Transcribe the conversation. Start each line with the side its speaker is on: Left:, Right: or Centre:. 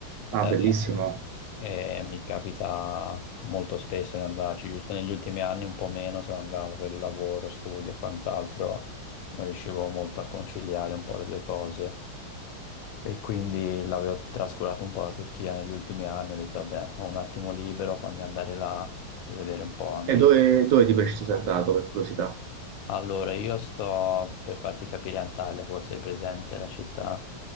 Left: eh,
Right: Ah, bellissimo.
Left: E mi capita molto spesso di andarci, giusto negli ultimi anni un po' meno sono andato per lavoro, studio e quant'altro, non riuscivo molto a conciliare un po' le due cose e quindi l'avevo trascurato un po' la Turchia negli ultimi anni, ho detto vabbè, ho un attimo libero, fammi andare là e vedere un po' amici.
Right: E dove, dove di preciso sei andato per curiosità?
Left: Allora, io sto per farti capire Antalya, forse è presente la città